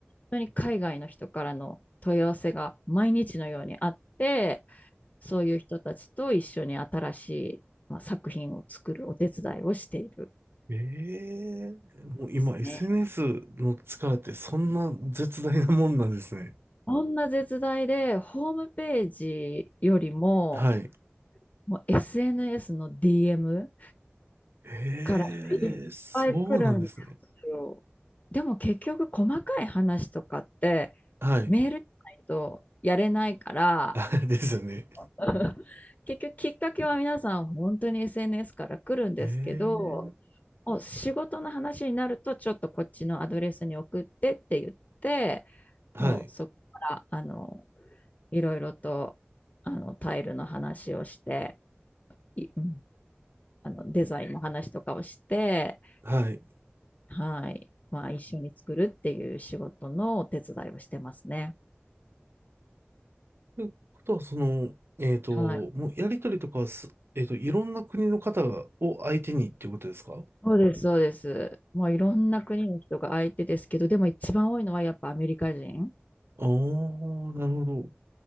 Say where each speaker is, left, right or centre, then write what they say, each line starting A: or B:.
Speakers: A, on the left; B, on the right.
A: 当に海外の人からの問い合わせが毎日のようにあって、そういう人たちと一緒に新しい、まあ、作品を作るお手伝いをしている
B: ええ。もう今
A: ですね。
B: SNS の力ってそんな絶大なもんなんですね。
A: こんな絶大で、ホームページよりも、
B: はい。
A: もう SNS の DM
B: ええ、
A: からいっぱい来るんで
B: そうなんですね。
A: すよ。でも結局細かい話とかって
B: はい。
A: メールじゃないとやれないから、
B: <laughs> あですよね。
A: <laughs> 結局きっかけは皆さん本当に SNS から来るんですけど、
B: ええ。
A: お仕事の話になるとちょっとこっちのアドレスに送ってって言って、
B: はい。
A: もうそこからあのいろいろとあのタイルの話をして、いうんあのデザインの話とかをして、
B: はい。
A: はい、まあ一緒に作るっていう仕事のお手伝いをしてますね。
B: ということは、その、えっと、
A: はい。
B: もうやりとりとかはす、えっと、いろんな国の方がを相手にっていうことですか
A: そうです、そうです。もういろんな国の人が相手ですけど、でも一番多いのはやっぱアメリカ人。
B: ああー、なるほど。